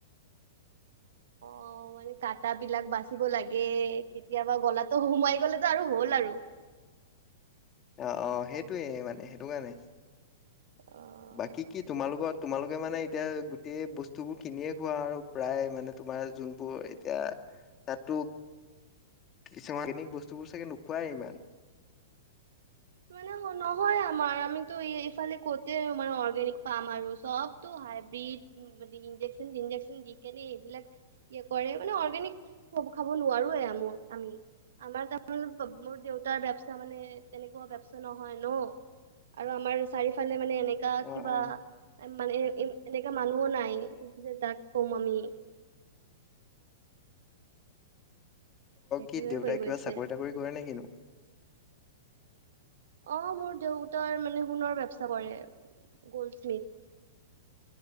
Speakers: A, on the left; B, on the right.
A: <unintelligible>
B: অঁ' মানে কাটা বিলাক বাচিব লাগে, কেতিয়াবা গলাতো সোমাই গ'লেতো আৰু হ'ল আৰু।
A: অঁ অঁ' সেইটোয়ে মানে সেইটো কাৰণে।
B: অ
A: বাকী কি তোমাৰ লোকত তোমালোকে মানে এতিয়া গোটেই বস্তুবোৰ কিনিয়ে খোৱা আৰু প্ৰায় মানে তোমাৰ যোনবোৰ এতিয়া তাতো কিছুমান <unintelligible> বস্তুবোৰ চাগে নোখোৱাই ইমান।
B: মানে নহয় আমাৰ আমিতো ইফালে ক'তে মানে অৰ্গেনিক পাম আৰু চ'ব। টো হাইব্ৰীড, মানে ইঞ্জেকচন চিঞ্জেকচন দি কেনে এইবিলাক সেই কৰে মানে অৰ্গেনিক খ-খাব নোৱাৰোৱে আম, আমি। আমাৰ তাৰমানে মোৰ দেউতাৰ ব্যৱচা মানে তেনে কোৱা বেবচাহ নহয় ন' আৰু আমাৰ চাৰিওফালে মানে এনেকা
A: অ
B: কিবা
A: অ
B: মানে এনেকা মানুহো নাই যে তাক কম আমি- সেইটোয়ে
A: কি দেউতাই
B: হৈ
A: কিবা
B: গৈছে
A: চাকৰি তাকৰি কৰে নে কিনো?
B: অঁ' মোৰ দেউতাৰ মানে সোণৰ ব্যৱচা কৰে গল্ড স্মিথ।